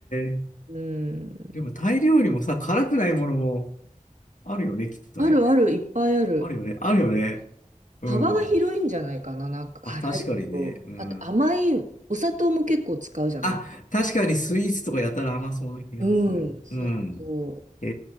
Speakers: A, on the left (about 70°); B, on the right (about 65°).
A: え。
B: うん。
A: でもタイ料理もさ、辛くないものも、あるよね、きっとね。
B: あるある、いっぱいある。
A: あるよね、あるよね。うん。
B: 幅が広いんじゃないかな、なんか辛いと。
A: あ、確かにね。うん。
B: あと甘い、お砂糖も結構使うじゃない。
A: あ、確かにスイーツとかやたら甘そうな気がする。
B: うん、そうそ
A: うん。え